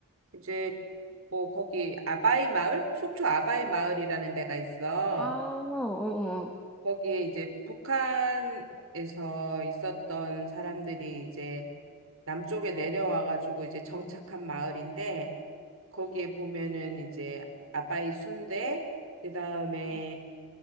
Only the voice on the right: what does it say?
이제 뭐 거기 아바이 마을? 속초 아바이 마을이라는 데가 있어.
거기에 이제 북한에서 있었던 사람들이 이제 남쪽에 내려와가지고 이제 정착한 마을인데 거기에
보면은 이제 아바이 순대 그다음에